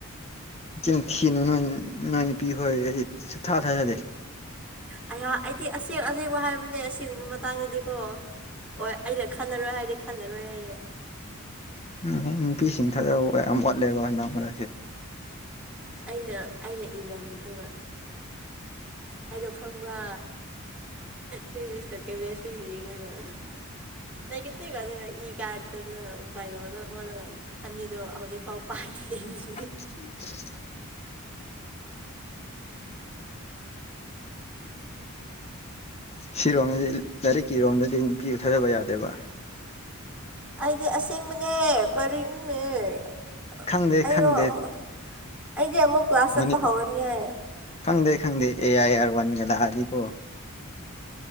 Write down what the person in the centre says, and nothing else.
ꯑꯩꯌꯥ ꯑꯩꯗꯤ ꯑꯁꯦꯡ ꯑꯁꯦꯡꯕ ꯍꯥꯏꯕꯅꯦ ꯑꯁꯤꯒꯨꯝꯕ ꯃꯇꯥꯡꯗꯗꯤꯀꯣ ꯑꯣ ꯑꯩꯩꯅ ꯈꯜꯂꯔꯣꯏ ꯍꯥꯏꯗꯤ ꯈꯜꯂꯔꯣꯏ ꯍꯥꯏꯌꯦ
ꯑꯩꯅ ꯑꯩꯅ ꯏꯔꯝꯃꯤꯗꯨ ꯍꯥꯏꯗꯣ ꯈꯪꯕ꯭ꯔꯥ ꯐꯤꯖꯤꯛꯁꯀ ꯀꯦꯕꯦꯁꯁꯨ ꯌꯦꯡꯉꯒ ꯅ ꯀꯠꯇꯦꯒ ꯑꯗꯨꯒ <inaudible> ꯑꯗꯨꯅ ꯕꯥꯏꯔꯣꯛꯅ ꯍꯣꯜꯂꯒ ꯑꯅꯤꯗꯣ ꯍꯧꯖꯤꯛꯐꯥꯎ ꯄꯥꯏ ꯊꯦ
ꯑꯩꯗꯤ ꯑꯁꯦꯡꯕꯅꯦ ꯀꯔꯤꯦ
ꯑꯩꯔꯣ ꯑꯃꯨꯛ ꯑꯩꯗꯤꯦ ꯑꯃꯨꯛ ꯀ꯭ꯂꯥꯁ ꯆꯠꯄ
ꯍꯧꯔꯅꯤ ꯌꯥ